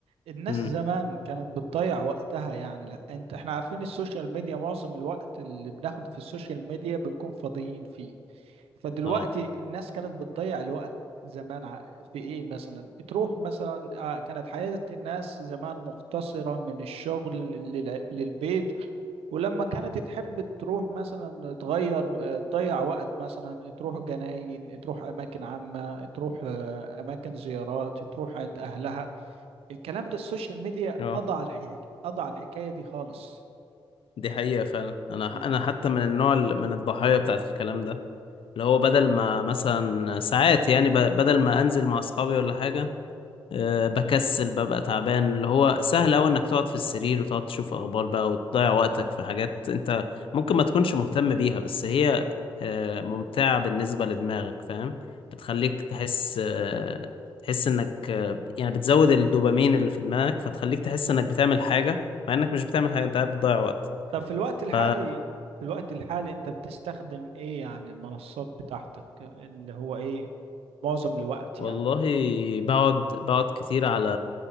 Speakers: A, on the right; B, on the left.
A: الناس
B: امم
A: زمان كانت بتضيع وقتها يعني لا انت احنا عارفين السوشيال ميديا معظم الوقت اللي بناخده في السوشيال ميديا بنكون فاضيين فيه فدلوقتي
B: اه
A: الناس كانت بتضيع الوقت زمان ع- في ايه مثلا تروح مثلا آه، كانت حياة الناس زمان مختصرة من الشغل لل- للبيت ولما كانت تحب تروح مثلا تغير آه، تضيع وقت مثلا تروح جناين تروح أماكن عامة تروح آه، أماكن زيارات تروح عند أهلها الكلام ده السوشيال ميديا
B: اه
A: قضى على الحكاية قضى على الحكاية دي خالص
B: دي حقيقة فعلا أنا
A: و-
B: أنا حتى من النوع اللي من الضحايا بتاعت الكلام ده اللي هو بدل ما مثلا ساعات يعني ب- بدل ما أنزل مع أصحابي ولا حاجة أه بكسل ببقى تعبان اللي هو سهل أوي إنك تقعد في السرير وتقعد تشوف أخبار بقى وتضيع وقتك في حاجات أنت ممكن ما تكونش مهتم بيها بس هي أه ممتعة بالنسبة لدماغك فاهم بتخليك تحس أه تحس إنك أه يعني بتزود الدوبامين اللي في دماغك فتخليك تحس إنك بتعمل حاجة مع إنك مش بتعمل حاجة أنت قاعد بتضيع وقت
A: طب في الوقت الحالي
B: ف
A: في الوقت الحالي انت بتستخدم ايه يعني المنصات بتاعتك اللي هو ايه معظم الوقت
B: والله
A: يعني
B: بقعد بقعد كتير على